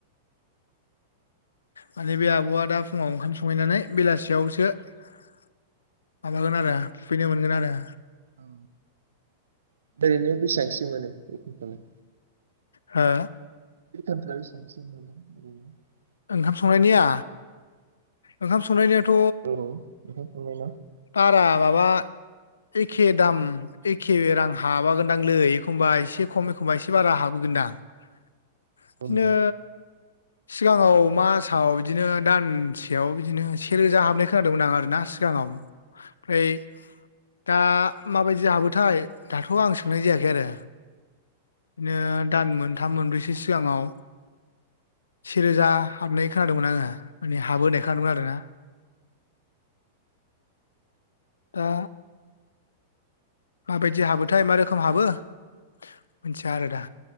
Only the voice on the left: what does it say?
माने बे आब'आ दा फुङाव ओंखाम संहैनानै बेलासियावसो माबागोन आरो फैनो मोनगोन आरो
हो
ओंखाम संनायनिया ओंखाम संनायनियाथ
बारा माबा एखे दाम एखे रां हाबागोनदांलै एखमबा एसे खम एखनबा एसे बारा हाबोगोनदां बिदिनो
सिगाङाव मासाव बिदिनो दानसे सेयाव बिदिनो सेेरोजा हाबनाय खोनादोंमोन आं आरोना ओमफ्राय दा माबायदि हाबोथाय दाथ' आं सोंनाय जायाखै आरो बिदिनो दान मोनथाम मोनब्रैसो सिगाङाव सेेरोजा हाबनाय खोनादोंमोन आङो माने हाबो होनाय खोनादोंमोन आरोना दा माबायदि हाबोथाय मा रोखोम हाबो मोनथिया आरोदा